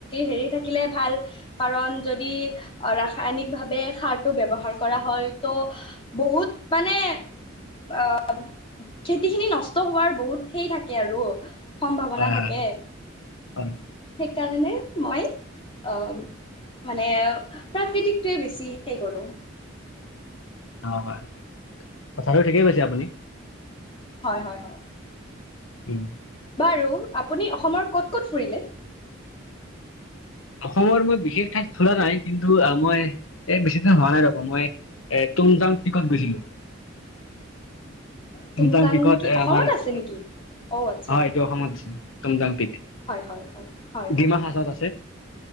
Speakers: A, on the left (about 25°); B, on the left (about 85°).
A: হেৰি থাকিলে ভাল কাৰণ ৰাসায়নিক ভাৱে সাৰটো ব্যৱহাৰ কৰা হয় ত' বহুত মানে আহ খেতি খিনি নষ্ট হোৱাৰ বহুত সেই থাকে। আৰু সম্ভাৱনা
B: হয়
A: থাকে
B: হয় হয়
A: সেইকাৰণে মই। আহ মানে প্ৰাকৃতিকটোৱে বেছি হে কৰোঁ।
B: হয় হয় কথাটো ঠিকেই কৈছে আপুনি।
A: হয় হয় হয়।
B: উম।
A: বাৰু আপুনি অসমৰ ক'ত ক'ত ফুৰিলে
B: অসমৰ মই বিশেষ ঠাইত খোলা নাই কিন্তু আহ মই এ বেছি দিন হোৱা নাই ৰব মই এ তুম জাং পিকত গৈছিলো।
A: <unintelligible>
B: তুম
A: তুমচাং
B: জাং পিকত
A: কি
B: এ
A: অসমত
B: আমাৰ
A: আছে নেকি অ' আচ্ছা
B: হয় এইটো অসমত আছে তুম জাং পিক
A: হয় হয়
B: ডিমা
A: হয়।
B: হাচাওত আছে